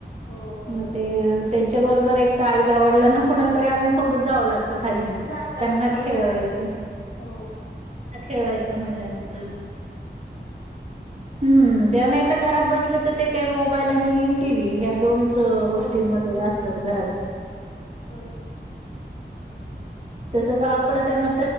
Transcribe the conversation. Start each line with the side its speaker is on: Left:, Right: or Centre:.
Left: हो बरोबर.
Right: मग ते त्यांच्या बरोबर एक तर आईला वडिलांना कुणाला तरी अजून सोबत जावं लागत. खाली मग
Left: लागत
Right: त्यांना
Left: लाग बरोबर.
Right: खेळवायचं
Left: हो
Right: खेळवायचं म्हणल्यानंतर हम्म त्या नाही तर घरात बसले तर ते काय मोबाईल आणि टीव्ही ह्या दोन गोष्टींमध्ये
Left: हो
Right: असतात घरात
Left: ब का <unintelligible>
Right: हम्म. तसं गावाकड त्यांना